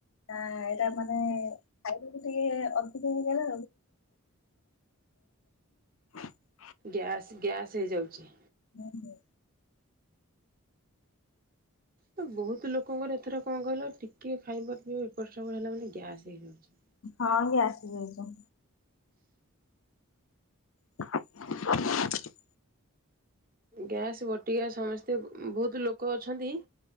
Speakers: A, on the left; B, on the right.
A: ଆ ଏଇଟା ମାନେ ଖାଇ ପିଇ ଟିକେ ଅଧିକ ହେଇଗଲେ <unintelligible>
B: ଗ୍ୟାସ୍ ଗ୍ୟାସ୍ ହେଇଯାଉଚି।
A: ହୁଁ ହୁଁ।
B: ତ ବହୁତ ଲୋକଙ୍କର ଏଥର କଣ କହିଲ ଟିକେ ଖାଇବା ପିଇବା ଏପଟ୍ ସେପଟ୍ ହେଲା ମାନେ ଗ୍ୟାସ୍ ହେଇଯାଉଚି।
A: ହଁ ଗ୍ୟାସ ହେଇଯାଇଛି। <inaudible>
B: ଗ୍ୟାସ୍ ବଟିକା ସମସ୍ତେ ବହୁତ୍ ଲୋକ ଅଛନ୍ତି।